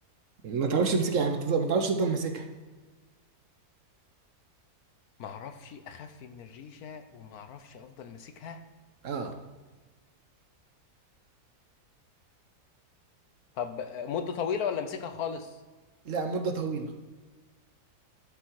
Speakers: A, on the right (about 55°); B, on the left (about 70°).
A: ما تعرفش تمسكها يعني ما تفضل- ما تعرفش تفضل ماسكها
B: ما اعرفش اخف من الريشه وما اعرفش افضل ماسكها
A: اه
B: طب آه، مده طويله ولا امسكها خالص
A: لا مدة طويلة